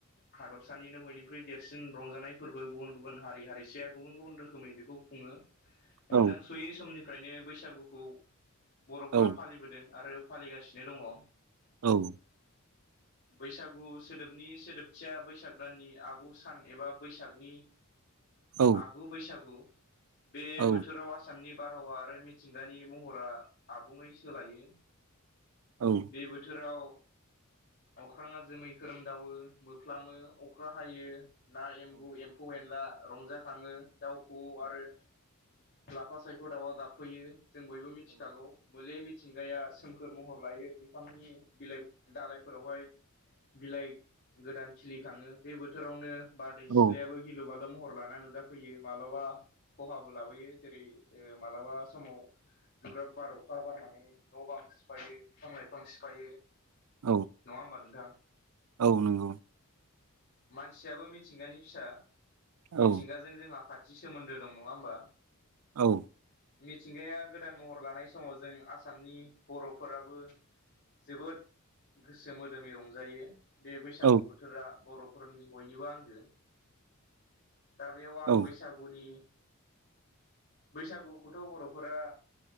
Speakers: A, on the left; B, on the right.
A: हादरसानिनो बयनिख्रुइ देरसिन रंजानाय फोरबो गुबुन गुबुन हारि हारिसाया गुबुन गुबुन रोखोमै बे खौ खुङो
B: औ
A: मोनदांस'यै समनिफ्रायनो बैसागुखौ बर'फोरा
B: औ
A: फालिबोदों आरो फालिगासिनो दङ ओ
B: औ
A: बैसागु सोदोबनि सोदोबथिया बैसाग दाननि आगु सान एबा बैसागनि
B: औ
A: आगु बैसागु। बे
B: औ
A: बोथोराव आसामनि बारहावा आरो मिथिंगानि महरा आबुङै सोलायो
B: औ
A: बे बोथोराव अख्राङा जोमै खोरोमदावो मोफ्लामो अखा हायो ना एम्बु एम फौ एनला रंजाखाङो दाउ खौऔ आरो लाफा सायख' दाउआ गाबफैयो जों बयबो मिथिखागौ। बोले मिथिंगाया सोमखोर महर लायो बिफांनि बिलाइ दालाइफोरावहाय। बिलाइ गोदान खिलिखाङो बे बोथोरावनो बारदै
B: औ
A: सिख्लायाबो गिलु बालु महर लाना नुजाफैयो माबलाबा। खहाबो लाबोयो जेरै ओ मालाबा समाव गोब्राब बार अखा बारनानै न' बां सिफायो बिफां लाइफां सिफायो नङा
B: औ
A: होमबा नोंथां?
B: औ नंगौ।
A: मानसियाबो मिथिंगानि फिसा
B: औ
A: मिथिंगाजों जोंहा खाथि सोमोन्दो दं नङा होमबा?
B: औ।
A: मिथिंगाया गोदान महर लानाय समाव जों आसामनि बर'फोराबो जोबोद गोसो मोदोमै रंजायो। बे बैसागु
B: औ
A: बोथोरा बर'फोरनि बयनिबो आंगो। दा बेयाव आं
B: औ
A: बैसाग गुनि बैसागुखौथ' बर'फोरा